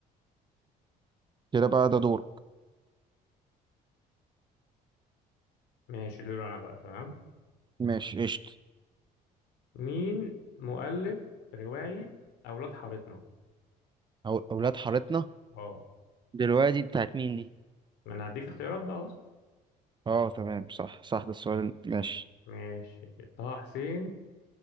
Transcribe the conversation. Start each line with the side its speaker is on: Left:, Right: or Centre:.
Right: كده بقى ده دورك
Left: ماشي دول أنا بقى تمام
Right: ماشي قشطة
Left: مين مؤلف رواية أولاد حارتنا
Right: أو أولاد حارتنا
Left: اه
Right: دلوقتي بتاعت مين دي؟
Left: ما انا هديك اختيارات بقى اصبر
Right: اه تمام صح صح ده السؤال ماشي
Left: ماشي طه حسين